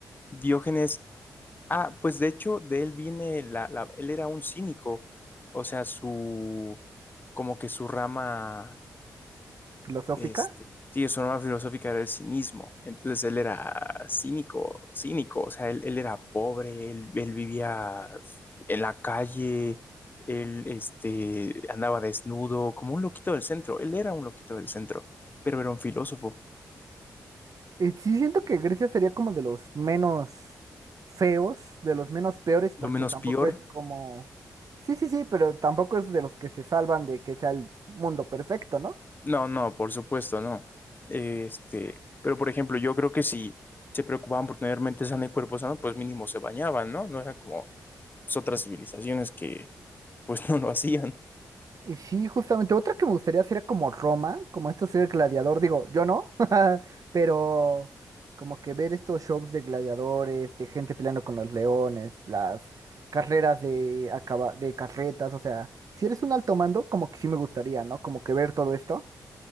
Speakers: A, on the left; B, on the right.
A: Diógenes, ah, pues de hecho, de él viene la, la- él era un cínico. O sea, su, como que su rama
B: filosófica.
A: Este, sí, su norma filosófica era el cinismo. Entonces él era cínico, cínico. O sea, él, él era pobre, él, él vivía en la calle, él este, andaba desnudo, como un loquito del centro. Él era un loquito del centro, pero era un filósofo.
B: Y sí siento que Grecia sería como de los menos feos, de los menos peores,
A: Lo
B: porque
A: menos
B: tampoco
A: peor.
B: es como... Sí, sí, sí, pero tampoco es de los que se salvan de que sea el mundo perfecto, ¿no?
A: No, no, por supuesto, no. Este, pero por ejemplo, yo creo que si se preocupaban por tener mente sana y cuerpo sano, pues mínimo se bañaban, ¿no? No eran como pues, otras civilizaciones que pues <laughs> no lo hacían.
B: Y sí, justamente otra que me gustaría sería como Roma, como esto ser gladiador, digo, yo no, <laughs> pero como que ver estos shows de gladiadores, de gente peleando con los leones, las carreras de acaba- de carretas, o sea, si eres un alto mando, como que sí me gustaría, ¿no? Como que ver todo esto.